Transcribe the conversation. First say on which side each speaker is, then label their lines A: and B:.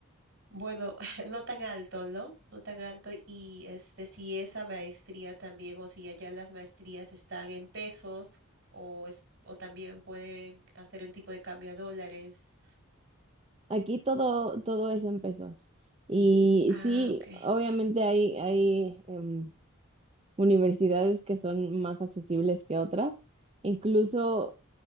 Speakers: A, on the right; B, on the right.
A: bueno, <laughs> no tan alto, ¿no? No tan alto, y este, si esa maestría también, o si allá las maestrías están en pesos, o, es- o también pueden hacer el tipo de cambio a dólares.
B: Aquí todo, todo es en pesos. Y
A: Ah,
B: sí,
A: ok,
B: obviamente hay, hay em, universidades que son más accesibles que otras. Incluso